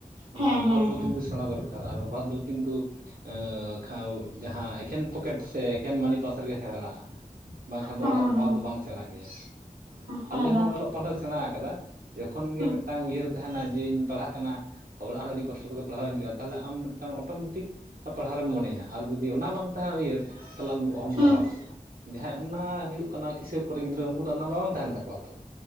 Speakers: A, on the right; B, on the right.
A: ᱚᱱᱟ
B: ᱦᱮᱸ
A: ᱚᱵᱷᱟᱵᱽ
B: ᱦᱮᱸ
A: ᱫᱚ
B: ᱦᱮᱸ
A: ᱠᱤᱱᱛᱩ ᱥᱮᱬᱟ ᱫᱚᱨᱠᱟᱨ ᱟᱨ ᱚᱵᱷᱟᱵ ᱫᱚ ᱠᱤᱱᱛᱩ ᱟᱸᱻ ᱡᱟᱦᱟᱸ ᱮᱠᱷᱮᱱ ᱯᱚᱠᱮᱴ ᱥᱮ ᱮᱠᱷᱮᱱ ᱢᱟᱹᱱᱤ ᱯᱟᱥ ᱨᱮᱜᱮ ᱦᱮᱱᱟᱸᱜ-ᱟ᱾ ᱵᱟᱠᱷᱟᱱ ᱫᱚ
B: ᱦᱮᱸ
A: ᱚᱲᱟᱜ ᱚᱵᱷᱟᱵᱽ
B: ᱦᱮᱸ
A: ᱫᱚ ᱵᱟᱝ ᱥᱮᱬᱟᱜ ᱜᱮᱭᱟ,
B: ᱦᱮᱸ
A: ᱟᱞᱮ
B: ᱫᱟ
A: ᱦᱚᱸ ᱚᱞᱚᱜ ᱯᱟᱲᱦᱟᱣ ᱥᱮᱬᱟ ᱠᱟᱫᱟ ᱡᱚᱠᱷᱚᱱ ᱜᱮ
B: ᱦᱩᱸ
A: ᱢᱤᱫᱴᱟᱝ ᱩᱭᱦᱟᱹᱨ ᱛᱟᱸᱦᱮᱱᱟ ᱡᱮᱧ ᱯᱟᱲᱦᱟᱜ ᱠᱟᱱᱟ ᱚᱲᱟᱜ ᱨᱮ ᱟᱰᱤ ᱠᱚᱥᱴᱚ ᱛᱮᱠᱚ ᱯᱟᱲᱦᱟᱣ ᱤᱧ ᱠᱟᱱᱟ ᱛᱟᱦᱚᱞᱮ ᱟᱢ ᱢᱤᱫᱴᱟᱝ ᱚᱴᱳᱢᱮᱴᱤᱠ ᱯᱟᱲᱦᱟᱣ ᱨᱮᱢ ᱢᱚᱱᱮᱭᱟ ᱟᱨ ᱡᱩᱫᱤ ᱚᱱᱟ ᱵᱟᱝ ᱛᱟᱸᱦᱮᱱᱟ ᱩᱭᱦᱟᱹᱨ ᱛᱟᱦᱚᱞᱮ ᱟᱢ ᱫᱚ ᱚᱦᱚᱢ
B: ᱦᱩᱸ
A: ᱯᱟᱲᱦᱟᱣ ᱠᱚᱜ-ᱟ, ᱡᱟᱦᱟᱸᱭ ᱚᱱᱟ ᱦᱩᱭᱩᱜ ᱠᱟᱱᱟ ᱠᱤᱥᱟᱹᱲ ᱠᱚᱨᱤᱱ ᱜᱤᱫᱽᱨᱟᱹ ᱩᱝᱠᱩ ᱫᱚ ᱚᱱᱟ ᱵᱟᱭ ᱛᱟᱦᱮᱸᱱ ᱛᱟᱠᱚᱣᱟ ᱛᱚ